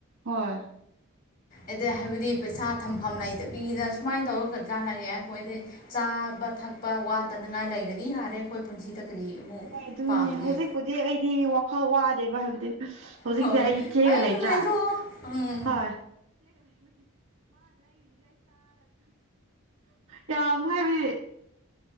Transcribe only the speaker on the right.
ꯍꯣꯏ
ꯍꯣꯏ ꯑꯗꯨꯅꯦ
ꯍꯧꯖꯤꯛꯄꯨꯗꯤ ꯑꯩꯗꯤ ꯋꯥꯈꯜ ꯋꯥꯗꯦꯕ ꯍꯥꯏꯕ ꯍꯧꯖꯤꯛꯁꯦ
ꯑꯩ ꯏꯆꯦꯒ
ꯂꯩꯇ꯭ꯔꯥ
ꯍꯣꯏ ꯌꯥꯝ ꯍꯥꯏꯕꯗꯤ